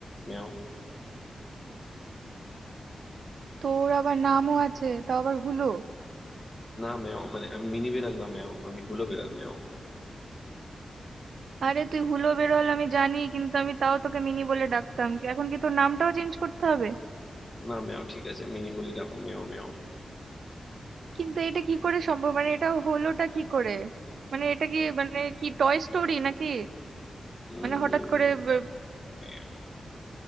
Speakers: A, on the left (about 25°); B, on the right (about 70°).
A: ম্যাও
B: তোর আবার নামও আছে তাও আবার হুলো
A: না ম্যাও মানে আমি মিনি বেড়াল না ম্যাও আমি হুলো বেড়াল ম্যাও
B: আরে তুই হুলো বেরোল আমি জানি কিন্তু আমি তাও তোকে মিনি বলে ডাকতাম এখন কি তোর নামটাও চেঞ্জ করতে হবে
A: না ম্যাও ঠিক আছে মিনি বলি রাখো ম্যাও ম্যাও
B: কিন্তু এটা কি করে সম্ভব মানে এটা হলোটা কি করে মানে এটা কি মানে কি টয় স্টোরি নাকি
A: উম
B: মানে হঠাৎ করে ব-
A: ম্যাও